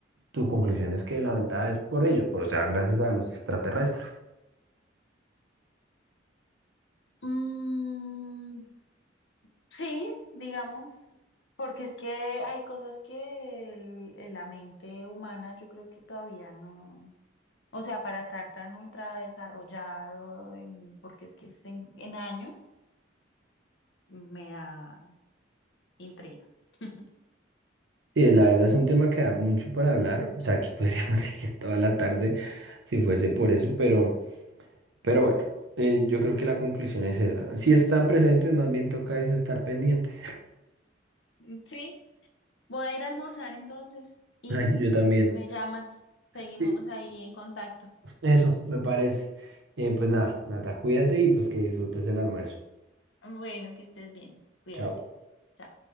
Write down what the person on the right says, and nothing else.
tu conclusión es que la ventaja es por ellos, por- o sea, gracias a los extraterrestres.
sí la verdad es un tema que da mucho para hablar. O sea, aquí podríamos <laughs> seguir toda la tarde si fuese por eso, pero, pero bueno, eh, yo creo que la conclusión es esa. Si están presentes, más bien toca es estar pendientes.
<laughs>
Ay, yo también.
Sí,
eso me parece. Eh, pues nada, Nata, cuídate y pues que disfrutes el almuerzo.
Chao.